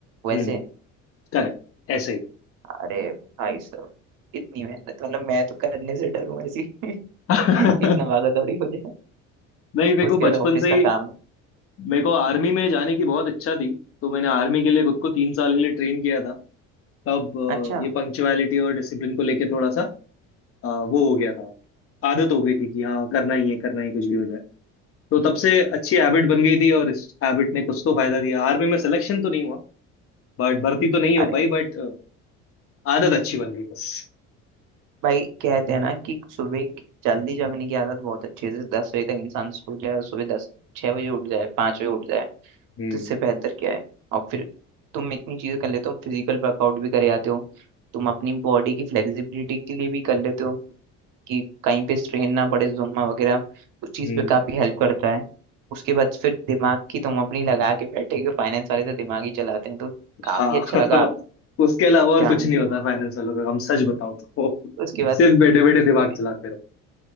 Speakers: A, on the right; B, on the left.
A: वैसे
B: हम्म करेक्ट ऐसे ही
A: अरे भाई साहब इतनी मेहनत मतलब मैं तो करने से डरूं ऐसी <laughs>
B: <laughs> नहीं
A: <laughs> इतना भागा दौड़ी हो जाए
B: मेरे को
A: उसके
B: बचपन
A: बाद ऑफिस
B: से
A: का
B: ही
A: काम
B: मेरे को आर्मी में जाने की बहुत इच्छा थी तो मैंने आर्मी के लिए खुद को तीन साल के लिए ट्रेन किया था तब
A: अच्छा
B: अ, ये पंक्चुअलिटी और डिसिप्लिन को लेके थोड़ा सा अ, वो हो गया था आदत हो गई थी कि हाँ करना ही है करना ही कुछ भी हो जाए तो तब से अच्छी हैबिट बन गई थी और इस हैबिट ने कुछ तो फायदा दिया आर्मी में सिलेक्शन तो नहीं हुआ बट भर्ती तो नहीं
A: अरे
B: हो पाई बट आदत अच्छी बन गई बस
A: भाई कहते हैं ना कि सुबह की- जल्दी जगने की आदत बहुत अच्छी है जैसे दस बजे तक इंसान सो जाए और सुबह दस छह बजे उठ जाए पाँच बजे उठ जाए
B: हम्म
A: तो इससे बेहतर क्या है और फिर तुम इतनी चीजें कर लेते हो फिजिकल वर्कआउट भी करे आते हो तुम अपनी बॉडी की फ्लेक्सिबिलिटी के लिए भी कर लेते हो कि कहीं पे स्ट्रेन ना पड़े जुम्मा वगैरह उस चीज
B: हम्म
A: पे काफी हेल्प करता है उसके बाद फिर दिमाग की तुम अपनी लगा के बैठे हो फाइनेंस वाले तो दिमाग ही चलाते हैं तो काफी
B: हाँ
A: अच्छा
B: <laughs>
A: लगा
B: उसके अलावा और
A: जान
B: कुछ नहीं
A: के
B: होता फाइनेंस वालों का काम सच बताऊं तो
A: उसके
B: <laughs>
A: बाद
B: सिर्फ बैठे बैठे दिमाग
A: तुम
B: चलाते रहो